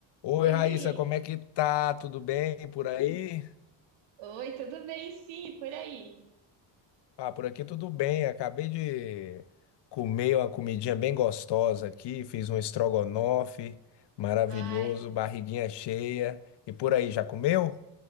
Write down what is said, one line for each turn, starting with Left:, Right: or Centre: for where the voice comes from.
Left: Oi,
Right: Oi,
Left: Raíssa,
Right: Victor.
Left: como é que tá? Tudo bem por aí?
Right: Oi, tudo bem? Sim, e por aí.
Left: Ah, por aqui tudo bem. Acabei de comer uma comidinha bem gostosa aqui, fiz um estrogonofe maravilhoso,
Right: Ai,
Left: barriguinha cheia. E por aí, já comeu?